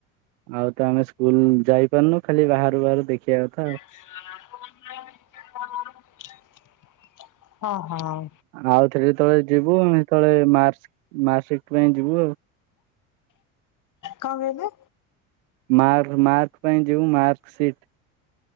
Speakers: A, on the right; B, on the left.
A: ଆଉତ ଆମେ ସ୍କୁଲ୍ ଯାଇପାରୁନୁ ଖାଲି ବାହାରୁ ବାହାରୁ ଦେଖିବା କଥା ଆଉ।
B: <unintelligible> <unintelligible> ହଁ ହଁ।
A: ଆଉ ଥରେ ଯେତେଳେ ଯିବୁ ହେତେଳେ ମାର୍ସ ସିପ୍ଟ ପାଇଁ ଯିବୁ ଆଉ।
B: କହିଲେ?
A: ମାର୍କ ପାଇଁ ଯିବୁ ମାର୍କ ସଟ୍।